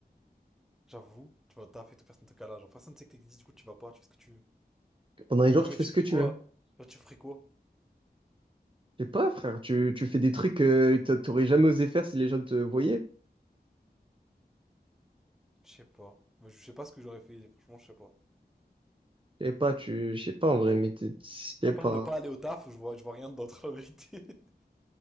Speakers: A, in the centre; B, on the right (about 30°).
A: J'avoue, tu vois, t'as fait tout, personne te cala. Genre, personne ne sait que t'existes, du coup, tu vas pas, tu fais ce que tu veux.
B: Pendant un jour,
A: Non,
B: tu
A: mais
B: fais
A: tu
B: ce
A: ferais
B: que tu
A: quoi?
B: veux.
A: Genre, tu ferais quoi?
B: Je sais pas, frère, tu, tu fais des trucs que t'a- t'aurais jamais osé faire si les gens te voyaient.
A: Je sais pas. Moi, je sais pas ce que j'aurais fait, franchement, je sais pas.
B: Je sais pas, tu, je sais pas en vrai, mais t'es- je sais
A: À part
B: pas.
A: ne pas aller au taf, je vois, je vois rien d'autre, la vérité. <laughs>